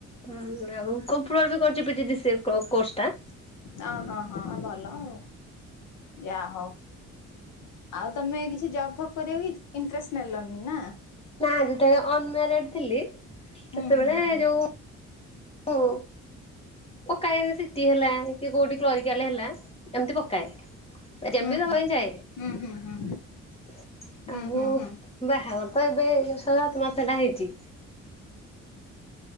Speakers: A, on the left; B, on the left.
A: ହଁ ଆଉ କମ୍ପ୍ୟୁଟର ବି କରିଛି ପି ଜି ଡ଼ି ସିଏ କୋ କୋର୍ସ ଟା।
B: ଅ ହଁ ହଁ ଭଲ ଆଉ ଯାହଉ। ଆଉ ତମେ କିଛି ଜବ ଫବ କରିବା କୁ ଇନ୍ତ୍ରେଷ୍ଟ ନେଲନି ନା?
A: ନା ଯେତେବେଳେ ଅନମ୍ୟାରେଡ ଥିଲି ସେତେବେଳେ
B: ହୁଁ ହୁଁ ହୁଁ।
A: ଯୋଉଁ ଉଁ ପକାଏ ଧର ସିଟି ହେଲା କି କୋଉଠି କ୍ଲୋରିକାଲ ହେଲା ଏମିତି ପକାଏ। ଏକ୍ଜାମ
B: ହୁଁ
A: ବି ଦବା ପାଇଁ ଯାଏ
B: ହୁଁ ହୁଁ ହୁଁ ହୁଁ ହୁଁ
A: ଆଉ
B: ହୁଁ ହୁଁ।
A: ବାହାଘର ହଁ ଏବେ ଛଅ, ସାତ ମାସ ହେଲା ହେଇଛି।